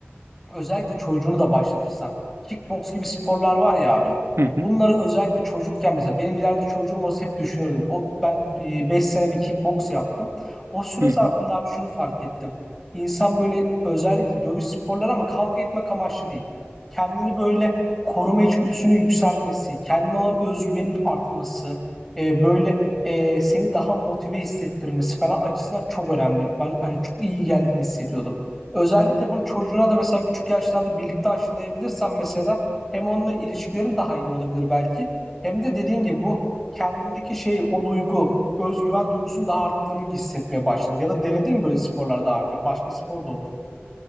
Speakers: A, in the centre; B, on the right.
A: özellikle çocuğunu da başlatırsan. Kickbox gibi sporlar var ya abi.
B: hı hı,
A: Bunları özellikle çocukken mesela benim ileride çocuğum olsa hep düşünürdüm. O ben e, 5 sene bir kickbox yaptım. O süre
B: hı
A: zarfında
B: hı.
A: abi şunu fark ettim. İnsan böyle özellikle dövüş sporları ama kavga etmek amaçlı değil. Kendini böyle koruma içgüdüsünün yükselmesi, kendine olan özgüvenin artması, e, böyle e, seni daha motive hissettirmesi falan açısından çok önemli. Ben hani çok iyi geldiğini hissediyordum. Özellikle bunu çocuğuna da mesela küçük yaşlarda birlikte aşılayabilirsen mesela hem onunla ilişkilerin daha iyi olabilir belki. Hem de dediğim gibi bu kendindeki şey o duygu, özgüven duygusunun daha arttığını hissetmeye başladın. Ya da denedin mi böyle sporlar daha önce? Başka spor da olur.